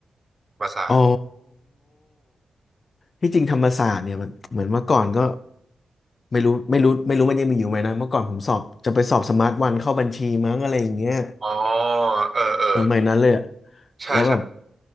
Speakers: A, on the right; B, on the left.
A: ธรรมศาสตร์
B: อ๋อที่จริงธรรมศาสตร์เนี่ยมันเหมือนเมื่อก่อนก็ไม่รู้ไม่รู้ไม่รู้มันยังมีอยู่ไหมนะ เมื่อก่อนผมสอบจะไปสอบสมาร์ทวันเข้าบัญชีมั้งอะไรอย่างเงี้ย
A: อ๋อเออเออ
B: เออไม่นั้นเลยอะ
A: ใช่ใช่
B: แล้วแบบ